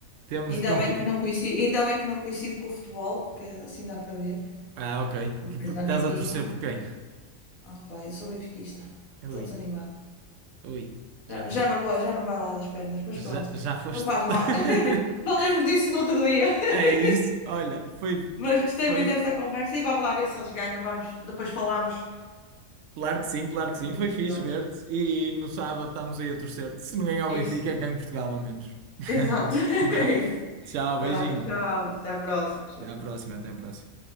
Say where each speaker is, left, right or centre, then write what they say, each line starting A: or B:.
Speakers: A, on the right; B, on the left.
A: Temos
B: Ainda
A: de conquistar.
B: bem que não coincide, ainda bem que não coincide com o futebol, porque assim dá para ver.
A: Ah, ok.
B: Depois
A: Que- Porque
B: da
A: estás
B: noitinha.
A: a torcer por quem?
B: Ah, pá, eu sou benfiquista.
A: Ui,
B: Estou desanimada.
A: ui, já,
B: Já, não-
A: fo
B: já não, vou- já não vai lá das pernas, mas
A: já,
B: pronto,
A: já foste.
B: não faz mal.
A: <laughs>
B: <laughs> Falemos disso no outro dia. <laughs>
A: É isso, olha, foi,
B: Mas gostei
A: foi.
B: muito desta conversa e vamos lá ver se eles ganham. Vamos, depois falamos.
A: Claro que sim, claro que
B: dos
A: sim, foi
B: resultados.
A: fixe ver-te. E no sábado estamos aí a torcer-te. Se não ganhar o
B: Isso,
A: Benfica, ganho Portugal, a menos. <laughs>
B: exato. <laughs>
A: Vá.
B: É isso.
A: Tchau, beijinho.
B: Tá, tchau, até à próxima. Tchau.
A: Até à próxima, até à próxima.